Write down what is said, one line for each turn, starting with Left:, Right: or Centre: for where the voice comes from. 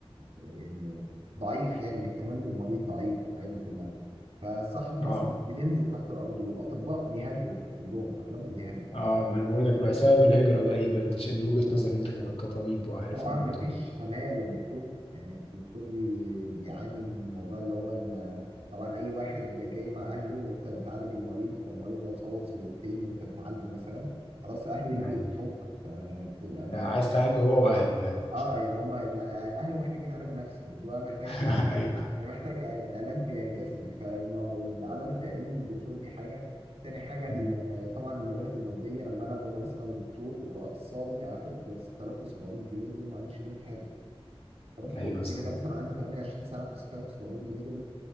Right: آه، آه، ضعيف يعني الاهتمام بالمريض ضعيف والحاجات دي كلها فالصحة في مصر
Left: اه
Right: بتنزل تحت الأرض والأطباء بيهاجروا كلهم أغلبهم بيهاجروا
Left: اه ما انا بقول لك بقى سبب الهجرة ده ايه بقى انت شايف من وجهة نظرك انت ك- كطبيب وعارف
Right: طبعا
Left: الموضوع
Right: مفيش حماية للدكتور يعني الدكتور بي... بيعاني من الموضوع اللي هو ال... طبعا أي واحد جاي مع أهله وأنت بتعالج المريض فالمريض لو صوت صوتين وأنت بتعالجه مثلا خلاص أهله يجوا
Left: ايوه
Right: يضحوك فبتبقى الم...
Left: أنت عايز تعالجه هو واهله يعني
Right: آه يعني هما يعني أهله محتاجين علاج نفسي ده محتاج
Left: <laughs> ايوه
Right: ده محتاج عل- علاج جسدي فعدم التأمين للدكتور دي حاجة تاني حاجة ال-
Left: مم.
Right: طبعا المبالغ المادية لما أنا ببقى مثلا دكتور وأخصائي آخد 6700 جنيه دول ما أعملش بيهم حاجة 3700 جنيه
Left: ايوه صح
Right: ده مثلا عندي 28 سنه 6700 جنيه دول